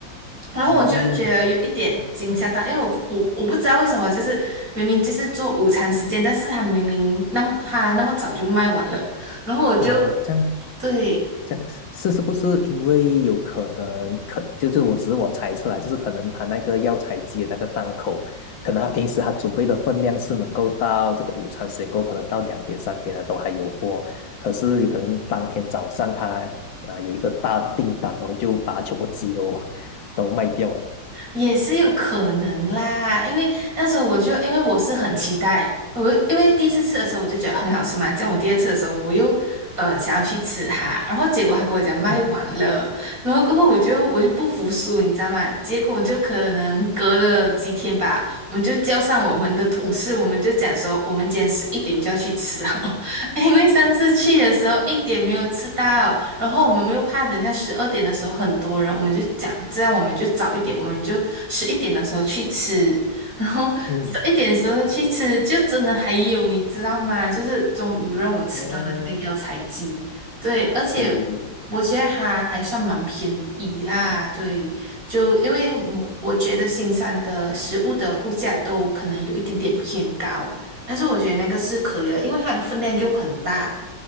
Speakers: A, on the right; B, on the left.
A: 然后我就觉得有一点惊吓到，
B: 嗯，
A: 因为我我我不知道为什么，就是明明就是做午餐时间，但是他明明那么他那么早就卖完了，然后我就
B: 哦，这样
A: 对，
B: 这样是是是不是因为有可能可就是我只是我猜测啦，就是可能他那个药材机的那个档口，可能他平时他准备的分量是能够到这个午餐时间够，可能到两点三点了都还有货，可是有可能当天早上他啊、有一个大的订单，然后就把全部鸡都 <laughs> 都卖掉了。
A: 也是有可能啦，因为那时候我就因为我是很期待，我因为第一次吃的时候我就觉得很好吃嘛，这样我第二次的时候我又呃想要去吃它，然后结果他跟我讲卖完了，
B: 嗯
A: 然后过后我就我就不服输，你知道吗？结果就可能隔了几天吧，我们就叫上我们的同事，我们就讲说我们今天十一点就要去吃哦，<laughs> 因为上次去的时候一点没有吃到，然后我们又怕等一下十二点的时候很多人，我们就讲这样我们就早一点，我们就十一点的时候去吃，<laughs> 然后十一点的时候去吃，
B: 嗯，
A: 就真的还有你知道吗？就是终于让我吃到了那个药材鸡，
B: 哦，
A: 对，而且
B: 对，
A: 我觉得它还算蛮便宜啦，对，就因为我我觉得新山的食物的物价都可能有一点点偏高。但是我觉得那个是可以的，因为它的分量又很大。